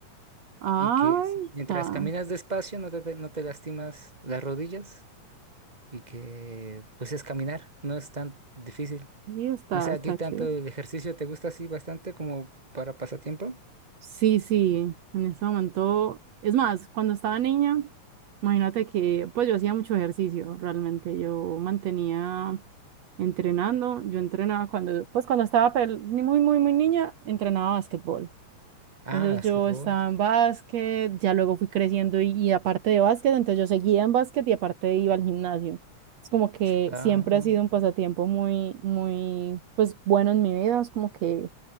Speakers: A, on the right; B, on the right.
A: Ay,
B: Y que si-
A: está,
B: mientras caminas despacio no te, no te lastimas las rodillas y que pues es caminar, no es tan difícil.
A: y está,
B: No sé,
A: está
B: ¿a ti tanto
A: chévere.
B: el ejercicio te gusta así bastante como para pasatiempo?
A: Sí, sí, en ese momento, es más, cuando estaba niña, imagínate que pues yo hacía mucho ejercicio, realmente, yo mantenía entrenando, yo entrenaba cuando, pues cuando estaba pel- ni muy, muy, muy niña, entrenaba básquetbol.
B: Ah,
A: Entonces
B: básquetbol.
A: yo estaba en básquet, ya luego fui creciendo y, y aparte de básquet, entonces yo seguía en básquet y aparte iba al gimnasio. Es como que
B: Ah,
A: siempre ha sido un pasatiempo muy, muy, pues bueno en mi vida, es como que